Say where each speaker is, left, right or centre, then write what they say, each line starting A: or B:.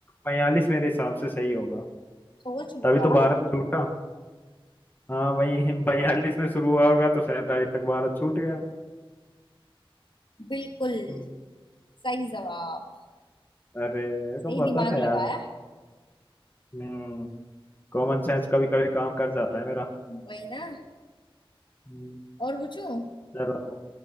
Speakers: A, on the left (about 20°); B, on the left (about 60°).
A: 42 मेरे हिसाब से सही होगा
B: सोच लो
A: तभी
B: यार
A: तो भारत छूटा हाँ वही 42 <laughs> में शुरू हुआ होगा तो 47 तक भारत छूट गया
B: बिल्कुल
A: हम्म,
B: सही जवाब
A: अरे मेरे को
B: सही
A: पता
B: दिमाग
A: था
B: लगाया
A: यार हम्म कॉमन सेंस कभी कभी काम कर जाता है मेरा
B: वही ना
A: हम्म,
B: और पूछू
A: जरा